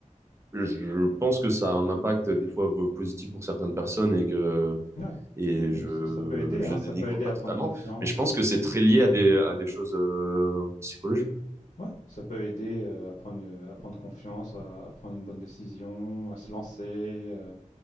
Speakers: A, on the right; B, on the left.
A: je pense que ça a un impact des fois euh, positif pour certaines personnes et que
B: Ouais.
A: et
B: Ah Oui,
A: je,
B: ça, ça peut aider,
A: je
B: hein,
A: dénigre
B: ça peut aider
A: pas
B: à
A: totalement,
B: prendre confiance.
A: mais je pense
B: euh,
A: que c'est très lié à des, à des choses euh, psychologiques.
B: Ouais, ça peut aider euh, à prendre, euh, à prendre confiance, à, à prendre une bonne décision, à se lancer, euh,